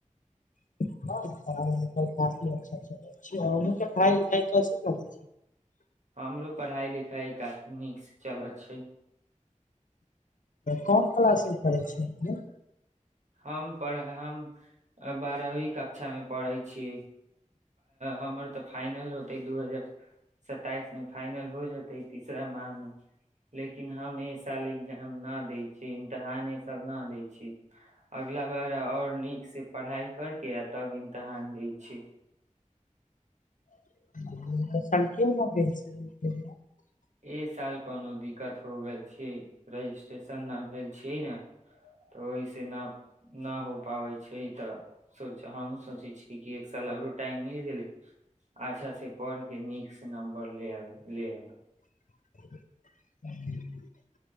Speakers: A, on the left; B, on the right.
A: ख
B: हमरो पढ़ाई लिखाइ गाछ निक्स चला छै
A: कोन क्लास मे पढ़ै छै अपने
B: हम पढ़ हम बारहवी कक्षामे पढ़ै छियै हमर तऽ फाइनल होतै दू हजार स्तइसमे फाइनल हो जेतै तीसरा माहमे लेकिन हम एहि साल एग्जाम नहि दै छियै इम्तहान ए साल नहि दै छीै अगिला बार और नीक से पढ़ाई करके आ तब इमतहान दय छै
A: <unintelligible>
B: ए साल कोनो दिक्कत हो गेल छैै रजिस्ट्रेशन नहि भेल छियै ने तऽ ओहिसँ न न हो पाबै छै तऽ सोच हमहुँ सोचैत छियै कि एक साल आओरो टाइम मिल गेलै अच्छा से पढ़ के नीक से नम्बर ले आब ले एबै
A: <inaudible>